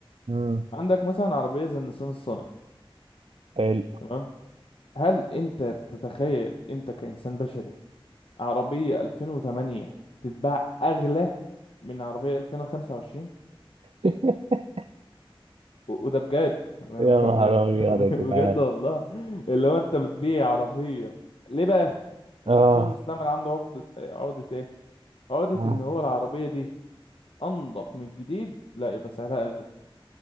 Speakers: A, on the right (about 80°); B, on the left (about 70°).
A: مم.
B: عندك مثلا عربيه زي النسان الصني
A: حلو
B: تمام هل انت تتخيل انت كانسان بشري عربيه 2008 تتباع اغلى من عربيه 2025
A: <laughs>
B: و- وده بجد <laughs> ما
A: يا
B: ب-
A: نهار
B: ما بك-
A: أبيض
B: <laughs>
A: يا جدعان
B: بجد والله اللي هو انت بتبيع عربيه ليه بقى
A: <laughs> آه
B: السوق المستعمل عنده عقده عقده ايه عقده
A: آه.
B: ان هو العربيه دي انضف من الجديد لا يبقى سعرها اغلى